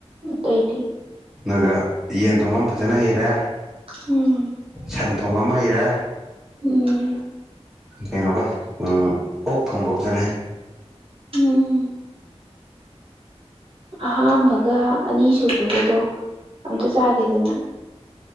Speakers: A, on the right (about 55°); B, in the centre.
A: ꯀꯩꯗꯤ
B: ꯅꯪꯒ ꯌꯦꯟ ꯊꯣꯡꯕ ꯑꯃ ꯐꯖꯅ ꯍꯩꯔꯦ
A: ꯎꯝ
B: ꯁꯟ ꯊꯣꯡꯕ ꯑꯃ ꯍꯩꯔꯦ
A: ꯎꯝ
B: ꯀꯩꯅꯣꯒ ꯑꯣꯛ ꯊꯣꯡꯕꯒ ꯐꯖꯅ ꯍꯩ
A: ꯎꯝ ꯑꯍꯥꯝꯕꯒ ꯑꯅꯤꯁꯨꯨꯕꯒꯗꯣ ꯑꯝꯇ ꯆꯥꯒꯦꯗꯅ